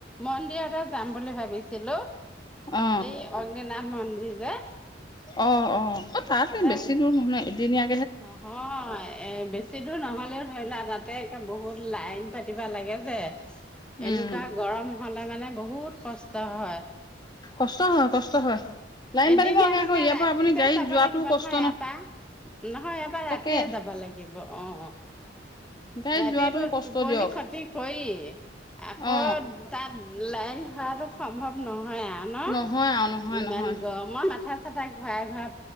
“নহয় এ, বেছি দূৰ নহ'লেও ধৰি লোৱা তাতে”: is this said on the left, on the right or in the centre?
Centre